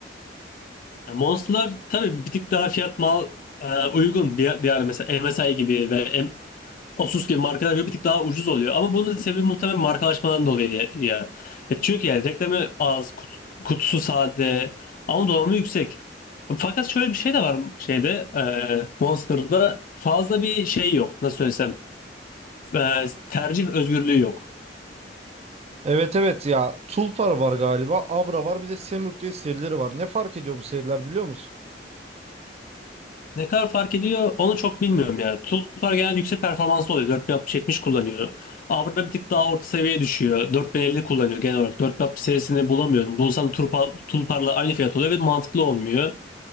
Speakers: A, on the left; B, on the right.
A: Yani Monster'lar tabii bir tık daha fiyat mal e, uygun. Diğer, diğer mesela MSI gibi ve M- Asus gibi markalar böyle bir tık daha ucuz oluyor. Ama bunun da sebebi muhtemelen markalaşmadan dolayı ya. ya. E çünkü yani reklamı az, kut, kutusu sade ama donanımı yüksek. Fakat şöyle bir şey de var şeyde e, Monster'da fazla bir şey yok. Nasıl söylesem e, tercih özgürlüğü yok.
B: Evet evet ya Tulpar var galiba, Abra var bir de Semruk diye serileri var. Ne fark ediyor bu seriler biliyor musun?
A: Ne kadar fark ediyor onu çok bilmiyorum ya. Tulpar genelde yüksek performanslı oluyor. 4060-70 kullanıyor. Abra bir tık daha orta seviyeye düşüyor. 4050 kullanıyor genel olarak. 4060 serisini bulamıyorum. Bulsam da Tulpar, Tulpar'la aynı fiyat oluyor ve mantıklı olmuyor.